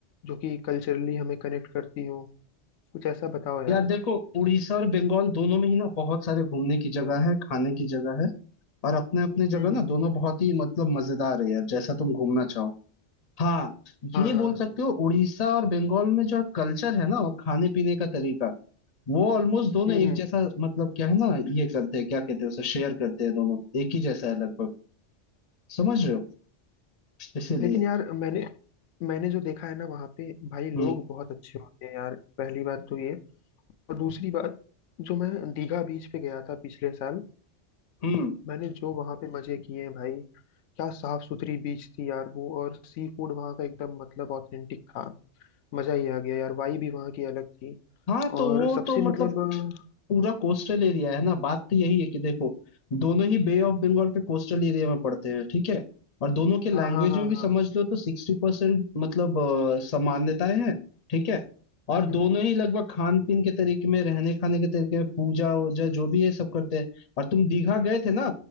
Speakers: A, on the left; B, on the left.
A: जो कि कल्चरली हमें कनेक्ट करती हो कुछ ऐसा बताओ यार
B: यार देखो उड़ीसा और बंगाल दोनों में ही ना बहुत सारे घूमने की जगह है खाने की जगह है और अपने अपने जगह
A: हम्म
B: ना
A: हम्म
B: दोनों
A: हम्म।
B: बहुत ही मतलब मजेदार है यार जैसा तुम घूमना चाहो हाँ
A: हाँ
B: ये
A: हाँ
B: बोल सकते हो उड़ीसा और बंगाल में जो कल्चर है ना और खाने पीने का तरीका वो ऑलमोस्ट दोनों
A: हम्म
B: एक
A: हम्म
B: जैसा मतलब क्या है ना ये करते हैं क्या कहते हैं उसे शेयर करते हैं दोनों एक ही जैसा है लगभग समझ रहे हो इसीलिए
A: लेकिन यार मैंने मैंने जो देखा है ना वहाँ पे भाई लोग
B: हम्म
A: बहुत अच्छे होते हैं यार पहली बात तो ये और दूसरी बात जो मैं दीघा बीच पे गया था पिछले साल
B: हम्म
A: मैंने जो वहां पे मजे किए हैं भाई क्या साफ सुथरी बीच थी यार वो और सी फूड वहां का एकदम मतलब ऑथेंटिक था मजा ही आ गया यार वाई भी वहां की अलग थी
B: हाँ तो
A: और
B: वो
A: सबसे
B: तो मतलब
A: मतलब अ,
B: पूरा कोस्टल एरिया है ना बात तो यही है कि देखो दोनों ही बे ऑफ बंगाल के कोस्टल एरिया में पड़ते हैं ठीक है और दोनों के लैंग्वेज
A: हाँ हाँ हाँ
B: में भी
A: हाँ
B: समझ लो तो सिक्सटी परसेंट मतलब अ, समानताएं हैं ठीक है और
A: हम्म,
B: दोनों
A: हम्म,
B: ही लगभग खान पीन के तरीके में रहने खाने के तरीके में पूजा वूजा जो भी है सब करते हैं और तुम दीघा गए थे ना